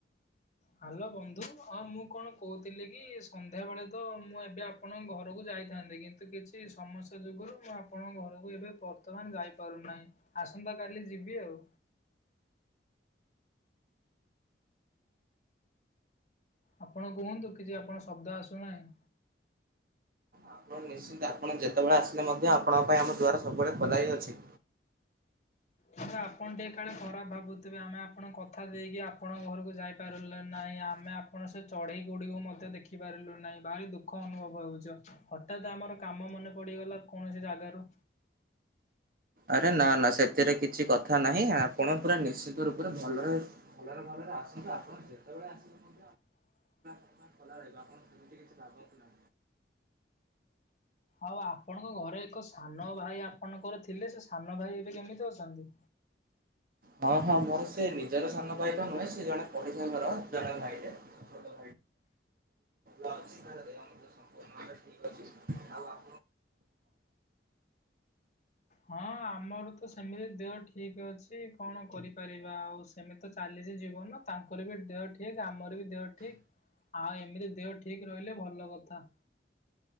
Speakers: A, on the left; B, on the right.
A: ହାଲୋ ବନ୍ଧୁ ହଁ ମୁଁ କଣ କହୁଥିଲି କି ସନ୍ଧ୍ୟା ବଳେ ତ ମୁଁ ଏବେ ଆପଣଙ୍କ ଘରକୁ ଯାଇଥାନ୍ତି କି ଛି କିଛି ସମସ୍ୟା ଯୋଗୁରୁ ମୁଁ ଆପଣଙ୍କ ଘରୁକୁ ଏବେ ବର୍ତ୍ତମାନ ଯାଇପାରୁନାହିଁ। ଆସନ୍ତା କାଲି ଯିବି ଆଉ। ଆପଣ କୁହନ୍ତୁ କିଛି ଆପଣ ଶବ୍ଦ ଆସୁନାହିଁ।
B: ଆପଣ ନିଶ୍ଚିନ୍ତ ଆପଣ ଯେତବଳେ ଆସିଲେ ମଧ୍ୟ ଆପଣଙ୍କ ପାଇଁ ଆମ ଦୂଆର ସବୁବଳେ ଖୋଲା ହେଇଅଛି।
A: ଯେ ଆପଣ ଟିକେ କାଳେ ଖରାପ୍ ଭାବୁଥିବେ ଆମେ ଆପଣ କଥା ଦେଇକି ଆପଣଙ୍କ ଘରକୁ ଯାଇପାରୁଲୁ ନାହିଁ ଆମେ ଆ ପଣ ସେ ଚଢ଼େଇ ଗୁଡିକୁ ମଧ୍ୟ ଦେଖିପାରିଲୁ ନାହିଁ ଭାରି ଦୁଃଖ ଅନୁଭବ ହେଉଛ ହ ଠାତ୍ ଆମର କାମ ମନେ ପଡିଗଲା କୌଣସି ଜାଗାରୁ।
B: ଆରେ ନା ନା ସେଥିରେ କିଛି କଥା ନାହିଁ ଆ ଆପଣ ପୁରା ନିଶ୍ଚିତ ରୂପରେ ଭଲରେ ଭଲରେ ଭଲରେ ଭାବରେ ଆସନ୍ତୁ ଆପଣ ଯେତବେଳେ ଆସିବେ।
A: <inaudible>
B: <inaudible>
A: ଆଉ ଆପଣଙ୍କ ଘରେ ଏକ ସାନ ଭାଇ ଆପଣଙ୍କର ଥିଲେ ସେ ସାନ ଭାଇ ଏବେ କେମିତି ଅଛନ୍ତି?
B: ହଁ ହଁ ମୋର ସେ ନିଜର ସାନ ଭାଇ ତ ନୁହେଁ ସେ ଜଣେ ପଡିଷା ଘର ଜଣେ ଭାଇଟେ ଛୋଟ ଭାଇ। <inaudible> ଠିକ୍ ଅଛି ଆଉ ଆ
A: ହଁ ଆମର ତ ସେମିତି ଦେହ ଠିକ୍ ଅଛି କଣ କରିପାରିବା ଆଉ ସେମିତି ତ ଚାଲିଚି ଜୀବନ ତାଙ୍କର ବି ଦେହ ଠିକ୍ ଆମର ବି ଦେହ ଠିକ୍। ଆ ଏମିତି ଦେହ ଠିକ୍ ରହିଲେ ଭଲ କଥା।